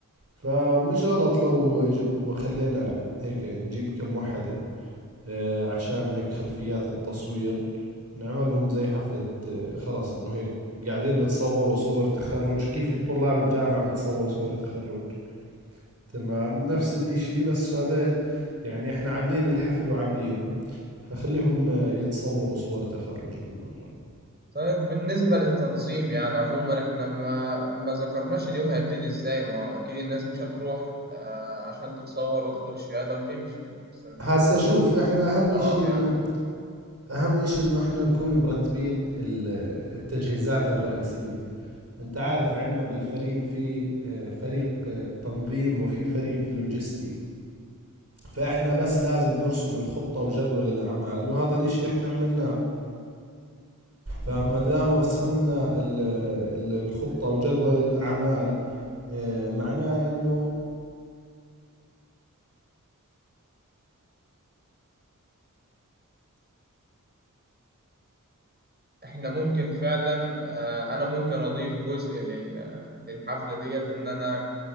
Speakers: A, on the right; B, on the right.
A: فمش غلط لو جب وخلينا هيك نجيب كم وحدة آه عشان هيك خلفيات التصوير ونعملهم زي حفلة آه خلص إنه هيك قاعدين بتصوروا صور تخرج كيف الطلاب الجامعة بتصوروا صور تخرج تمام نفس الاشي بس هذا يعني احنا عاملين الحفل وعاملينه فخليهم آه، يتصوروا صور تخرج بالمرة
B: طيب بالنسبة للتنظيم يعني عموما احنا ما ما ذكرناش اليوم هيبتدي ازاي ما هو أكيد الناس مش هتروح آه، عشان تتصور وتاخد الشهادة وتمشي يعني بس هيبقى
A: هسا شوف احنا اهم
B: قرارات
A: اشي
B: يعني
A: انه اهم اشي انه احنا نكون مرتبين ال- التجهيزات الرئيسية انت عارف عندنا بالفريق في آه، فريق آه، تنظيم وفي فريق لوجستي فاحنا بس لازم نرسم الخطة وجدول الاعمال وهذا الاشي احنا عملناه فما دام رسمنا ال- ال- الخطة وجدول الأعمال آه، معناه إنه
B: احنا ممكن فعلا آه، انا ممكن اضيف جزء لل- للحفله ديت ان انا